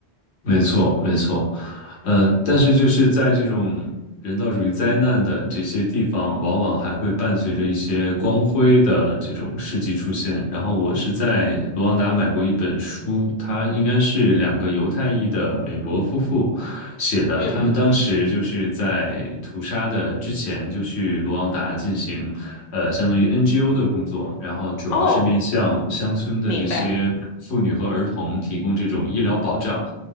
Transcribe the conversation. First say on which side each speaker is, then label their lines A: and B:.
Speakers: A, on the left; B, on the left.
A: 没错，没错，嗯，但是就是在这种人道主义灾难的这些地方，往往还会伴随着一些光辉的这种事迹出现。然后我是在卢旺达买过一本书，它应该是两个犹太裔的美国夫妇写的，
B: 嗯，
A: 他们当时就是在屠杀的之前就去卢旺达进行，呃，相当于 NGO 的工作，然后主要是面向乡村的这些妇女和儿童提供这种医疗保障。
B: 哦，明白，